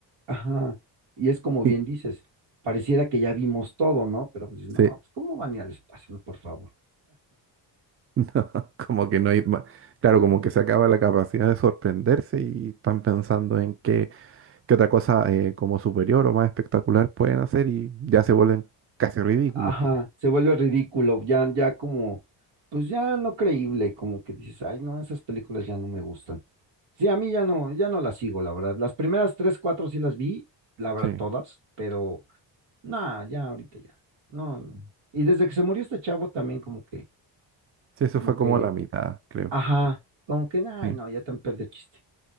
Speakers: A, on the right; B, on the right.
A: ajá, y es como bien
B: Y
A: dices, pareciera que ya vimos todo, ¿no? Pero pues dices, no,
B: Sí,
A: pues, ¿cómo van a ir al espacio? No, por favor.
B: <laughs> no, como que no hay más. Claro, como que se acaba la capacidad de sorprenderse y están pensando en qué, qué otra cosa eh, como superior o más espectacular pueden hacer y ya se vuelven casi ridículas.
A: Ajá, se vuelve ridículo, ya, ya como, pues ya no creíble, como que dices, ay, no, esas películas ya no me gustan. Sí, a mí ya no, ya no las sigo, la verdad. Las primeras tres, cuatro sí las vi, la verdad,
B: Sí.
A: todas, pero nada, ya ahorita ya. No, no. Y desde que se murió este chavo también como que,
B: Sí, eso
A: como
B: fue como
A: que,
B: la mitad, creo.
A: ajá, como que, ay,
B: Sí,
A: no, ya tan perdió chiste.